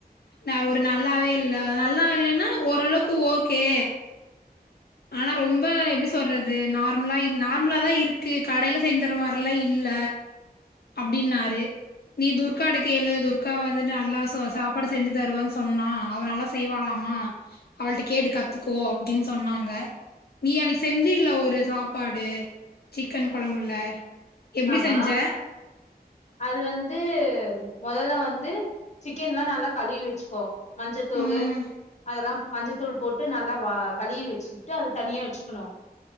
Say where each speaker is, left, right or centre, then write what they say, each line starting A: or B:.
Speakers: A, on the left; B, on the left.
A: நா ஒரு நல்லாவே இல்ல நல்லா இல்லன்னா ஓரளவுக்கு ஓகே ஆனா ரொம்ப எப்டி சொல்றது நார்மலா இ நார்மலா தா இருக்கு கடயில செஞ்சற மார் லா இல்ல அப்டின்னாரு நீ துர்க்காட்ட கேளு துர்க்கா வந்துட்டு அண்ணா சோ சாப்பாடு செஞ்சு தருவன்னு சொன்னா அவ நல்லா செ செய்வாளாமா அவள்ட்ட கேட்டு கத்துக்கோ அப்டின்னு சொன்னா ங்க நீ அன்னக்கு செஞ்சில ஒரு சாப்பாடு சிக்கன் கொழம்புல எப்டி
B: ஆமா
A: செஞ்ச
B: அது வந்து மொதல்ல வந்து சிக்கன்ல்லா நல்லா கழுவி வச்சுக்கோ மஞ்சத்தூளு
A: ம்
B: அதெல்லா மஞ்சத்தூள் போட்டு நல்லா வா கழுவி வச்சுட்டு அது தனியா வச்சுக்கணு